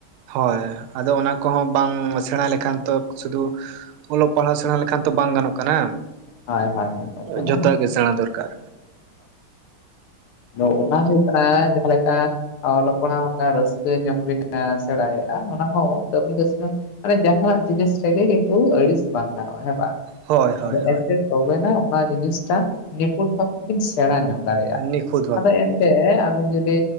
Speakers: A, on the right; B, on the left.
A: ᱦᱳᱭ ᱟᱫᱚ ᱚᱱᱟ ᱠᱚᱦᱚᱸ ᱵᱟᱝ ᱥᱮᱬᱟ ᱞᱮᱠᱷᱟᱱ ᱛᱚ ᱥᱩᱫᱷᱩ ᱚᱞᱚᱜ ᱯᱟᱲᱦᱟᱜ ᱥᱮᱬᱟ ᱞᱮᱠᱷᱟᱱ ᱛᱚ ᱵᱟᱝ ᱜᱟᱱᱚᱜ ᱠᱟᱱᱟ
B: ᱦᱳᱭ ᱦᱳᱭ ᱦᱳᱭ᱾ ᱠᱟᱛᱷᱟ
A: ᱡᱚᱛᱚᱣᱟᱜ
B: ᱠᱟᱱᱟ᱾
A: ᱜᱮ ᱥᱮᱬᱟ ᱫᱚᱨᱠᱟᱨ
B: ᱟᱫᱚ ᱚᱱᱟ ᱦᱩᱭᱩᱜ ᱠᱟᱱᱟ ᱡᱟᱦᱟᱸ ᱞᱮᱠᱟ ᱚᱞᱚᱜ ᱯᱟᱲᱦᱟᱣ ᱨᱟᱹᱥᱠᱟᱹ ᱧᱚᱜ ᱵᱤᱱ ᱥᱮᱬᱟᱭᱮᱫᱼᱟ ᱚᱱᱟᱦᱚᱸ ᱠᱟᱹᱢᱤ <inaudible> ᱟᱨᱮ ᱡᱟᱦᱟᱸ ᱱᱟᱜ ᱡᱤᱱᱤᱥ ᱨᱮᱜᱮ ᱠᱤᱱᱛᱩ ᱟᱹᱲᱤᱥ ᱵᱟᱝ ᱜᱟᱱᱚᱜᱼᱟ ᱦᱮᱸ ᱵᱟᱝ
A: ᱦᱳᱭ ᱦᱳᱭ
B: ᱟᱫᱚ
A: ᱦᱳᱭ
B: ᱮᱱᱛᱮᱱ ᱛᱚᱵᱮᱱᱟ ᱚᱱᱟ ᱡᱤᱱᱤᱥᱴᱟᱜ ᱱᱤᱯᱷᱩᱴ ᱵᱷᱟᱵ ᱛᱮᱵᱤᱱ ᱥᱮᱬᱟ ᱧᱚᱜ ᱫᱟᱲᱮᱭᱟᱜᱼᱟ
A: ᱱᱤ ᱠᱷᱩᱫ
B: ᱟᱫᱚ ᱮᱱᱛᱮ ᱟᱵᱤᱱ ᱡᱩᱫᱤ